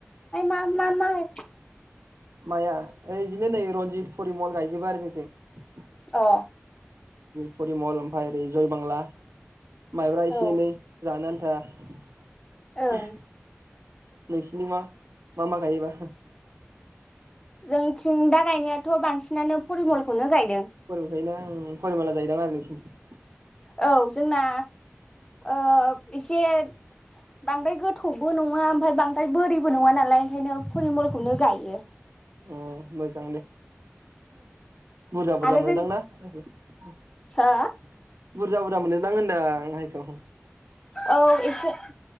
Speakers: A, on the left; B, on the right.
A: मा मा माइ
B: माया ओ बिदिनो नै रनजित, परिमल गायजोबो आरो जोंनिथिं
A: अ
B: परिमल ओमफाय ओरै जयबांला। माइब्रा एसे
A: औ
B: एनै जानो आ था
A: ओं
B: नोंसिनिबा मा मा गायोबा?
A: जोंथिं दा गायनायाथ' बांसिनानो फरिमलखौनो गायदों।
B: ओंखायनो आं फरिमला जायोदां आरो नोंसिनिथिं
A: औ जोंना ओ एसे बांद्राय गोथौबो नङा ओमफाय बांद्राय बोरिबो नङा नालाय ओंखायनो फरमलखौनो गायो।
B: ओ मोजां दे। बुरजा बुरजा
A: आरो
B: मोनोदां
A: जों
B: ना? बुरजा
A: हो
B: बुरजा मोनोदां होनदां माइखौ।
A: औ एसे